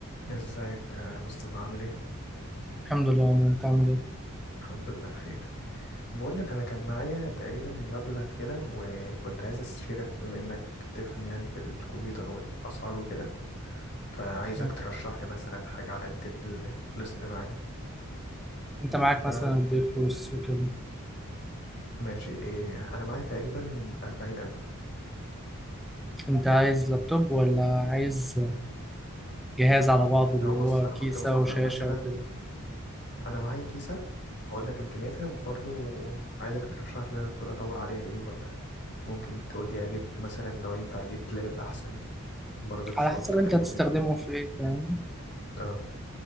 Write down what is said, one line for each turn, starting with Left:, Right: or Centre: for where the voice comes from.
Left: ازيك يا مصطفى عامل ايه؟
Centre: الحمد لله ما انت عامل ايه
Left: الحمد لله بخير بقول لك انا كان معايا تقريبا مبلغ كده وكنت عايز استشيرك بما انك بتفهم يعني في الكمبيوتر والاسعار وكده فعايزك
Centre: مم.
Left: ترشح لي مثلا حاجة على قد الفلوس اللي معايا
Centre: انت معاك
Left: يعرف
Centre: مثلا قد ايه فلوس وكده
Left: ماشي ايه انا معايا تقريبا أربعين ألف
Centre: انت عايز لابتوب ولا عايز جهاز على بعضه اللي
Left: هو
Centre: هو
Left: بص انا
Centre: كيسة
Left: كنت بفكر
Centre: وشاشة
Left: مثلا
Centre: وكده
Left: انا معايا كيسة هقول لك امكانياتها وبرضه عايزك ترشح لي انا المفروض اطور عليها ايه ولا ممكن تقول لي اجيب مثلا لو ينفع اجيب لاب احسن برضه للشغل
Centre: على حسب
Left: الخارجي
Centre: انت هتستخدمه
Left: وكده
Centre: في ايه فاهم
Left: اه